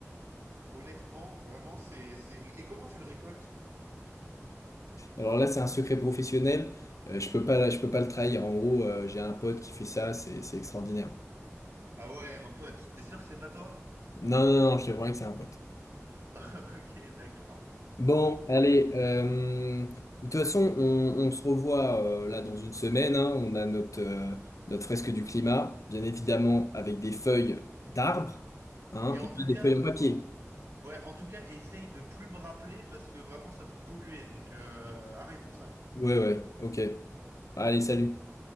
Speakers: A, on the right; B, on the left.
A: Honnêtement, vraiment, c'est, c'est... Et comment tu le récoltes?
B: Alors là, c'est un secret professionnel. euh, je peux pas, je peux pas le trahir. En gros, euh, j'ai un pote qui fait ça, c'est c'est extraordinaire.
A: Ah ouais, un pote, t'es sûr que c'est pas toi?
B: Non, non, non, je te promets que c'est un pote.
A: <laughs> Ok, d'accord.
B: Bon, allez. euh, De toute façon, on, on se revoit euh, là dans une semaine. hein. On a notre, euh, notre fresque du climat, bien évidemment, avec des feuilles d'arbres, hein,
A: Et en
B: et pas
A: tout cas,
B: des feuilles en papier.
A: oh, ouais, en tout cas, essaye de plus me rappeler parce que vraiment ça peut polluer. Donc euh, arrêtons ça.
B: Ouais, ouais, ok. Allez, salut.